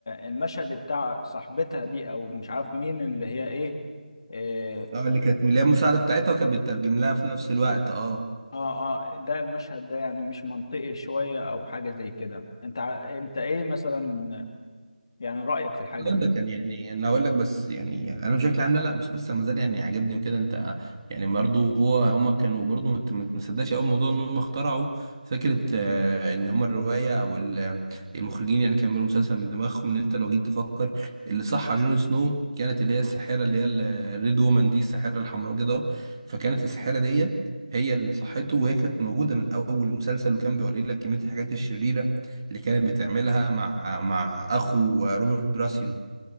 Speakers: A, on the left; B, on the right.
A: المشهد بتاع صاحبتها دي او مش عارف مين اللي هي ايه إيه،
B: اه اللي كانت اللي هي المساعده بتاعتها وكانت بتترجم لها في نفس الوقت اه
A: اه اه ده المشهد ده يعني مش منطقي شوية او حاجة زي كده انت ع- انت ايه مثلا يعني رأيك في الحاجة
B: اقول
A: دي
B: لك يعني يعني انا اقول لك بس يعني انا بشكل عام لا لا مسلسل ما زال يعني عاجبني وكده انت يعني برضه هو هم كانوا برضه ما ت- ما تصدقش قوي موضوع ان هم اخترعوا فكره آه، ان هم الروايه او ال- المخرجين يعني كملوا مسلسل من دماغهم ان انت لو جيت تفكر اللي صح على جون سنو كانت اللي هي الساحره اللي هي ال- الريد وومن دي الساحره الحمراء كده فكانت الساحره دي هي اللي صحته وهي كانت موجوده من اول المسلسل وكان بيوري لك كميه الحاجات الشريره اللي كانت بتعملها مع مع اخو روبرت براسيون